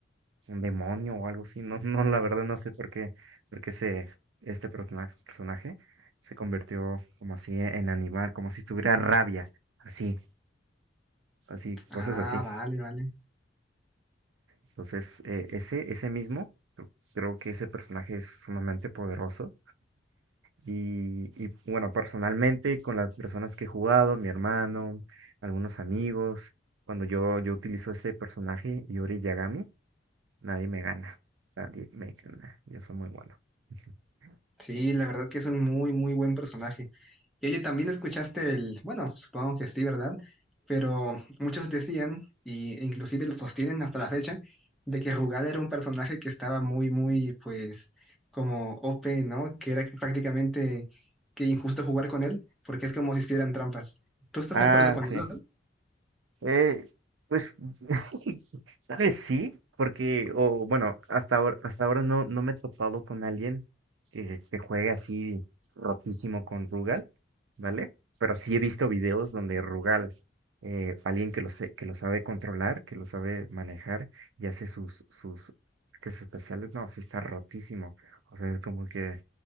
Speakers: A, on the right; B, in the centre.
A: un demonio o algo así. No, <laughs> no, la verdad no sé por qué, por qué se, este persona- personaje se convirtió como así en animal, como si tuviera rabia, así, así,
B: Ah,
A: cosas así.
B: vale, vale.
A: Entonces, eh, ese, ese mismo, cre- creo que ese personaje es sumamente poderoso Y, y, bueno, personalmente con las personas que he jugado, mi hermano, algunos amigos, cuando yo, yo utilizo este personaje, Yori Yagami, nadie me gana. Nadie me gana. Yo soy muy bueno. <laughs>
B: Sí, la verdad que es un muy, muy buen personaje. Y oye, también escuchaste el, bueno, supongo que sí, ¿verdad? Pero muchos decían, y e inclusive lo sostienen hasta la fecha, de que Rugal era un personaje que estaba muy, muy, pues, como OP, ¿no? Que era prácticamente que injusto jugar con él, porque es como si hicieran trampas. ¿Tú estás
A: Ah,
B: de acuerdo con
A: sí.
B: eso?
A: Eh, pues <laughs> tal vez sí, porque, o bueno, hasta ahora, hasta ahora no, no me he topado con alguien que, que juegue así rotísimo con Rugal. ¿vale? Pero sí he visto videos donde Rugal, eh, alguien que lo, sé- que lo sabe controlar, que lo sabe manejar y hace sus, sus ataques especiales, no, sí está rotísimo. O sea, es como que